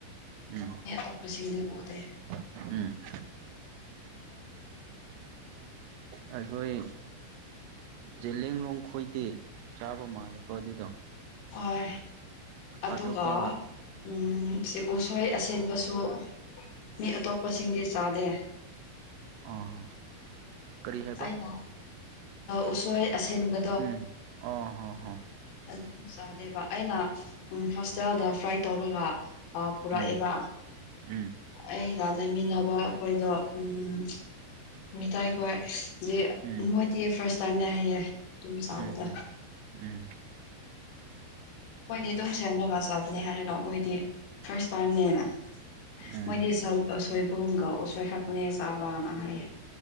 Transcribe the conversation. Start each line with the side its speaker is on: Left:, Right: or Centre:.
Right: ꯎꯝ
Left: ꯃꯤ ꯑꯇꯣꯞꯄꯁꯤꯡꯗꯤ ꯎꯗꯦ
Right: ꯎꯝ ꯑꯩꯈꯣꯏ ꯖꯦꯂꯤꯌꯥꯡꯂꯣꯡ ꯈꯣꯏꯗꯤ ꯆꯥꯕ ꯃꯥꯜꯂꯦꯀꯣ ꯑꯗꯨꯗꯣ
Left: ꯍꯣꯢ ꯑꯗꯨꯒ
Right: ꯑꯇꯣꯞꯄ
Left: ꯎꯝ ꯁꯤ ꯎꯁꯣꯏ ꯑꯁꯦꯡꯕꯁꯨ ꯃꯤ ꯑꯇꯣꯞꯄꯁꯤꯡꯗꯤ ꯆꯥꯗꯦ
Right: ꯎꯝ ꯀꯔꯤ ꯍꯥꯏꯕ
Left: ꯑꯩꯅ ꯎꯁꯣꯏ ꯑꯁꯦꯟꯕ
Right: ꯎꯝ ꯑꯣ ꯍ ꯍ
Left: ꯑꯗꯨ ꯆꯥꯗꯦꯕ ꯑꯩꯅ ꯍꯣꯁꯇꯦꯜꯗ ꯐ꯭ꯔꯥꯏ ꯇꯧꯔꯒ ꯑꯥ ꯄꯨꯔꯛꯑꯦꯕ
Right: ꯎꯝ ꯎꯝ
Left: ꯑꯩꯒ ꯂꯩꯃꯤꯟꯅꯕ ꯑꯩꯈꯣꯏꯗꯣ ꯎꯝ ꯃꯤꯇꯩꯥꯈꯣꯏ ꯑ
Right: ꯎꯝ
Left: ꯃꯣꯏꯗꯤ ꯐꯥꯔꯁ ꯇꯥꯏꯝꯅꯦ ꯍꯥꯏꯌꯦ ꯑꯗꯨꯝ ꯆꯥꯕꯗꯣ
Right: ꯎꯝ ꯍꯨꯝ ꯎꯝ
Left: ꯑꯩꯈꯣꯢꯗꯤ ꯑꯗꯨꯝ ꯁꯦꯝꯃꯒ ꯆꯥꯕꯅꯦ ꯍꯥꯏꯔꯒ ꯃꯣꯏꯗꯤ ꯐꯥꯔꯁ ꯇꯥꯏꯝꯅꯦꯅ
Right: ꯎꯝ
Left: ꯃꯣꯏꯗꯤ ꯁꯧ ꯑ ꯁꯣꯏꯕꯨꯝꯒꯥ ꯎꯁꯣꯏ ꯈꯛꯇꯅꯦ ꯆꯥꯕꯅ ꯍꯥꯏꯌꯦ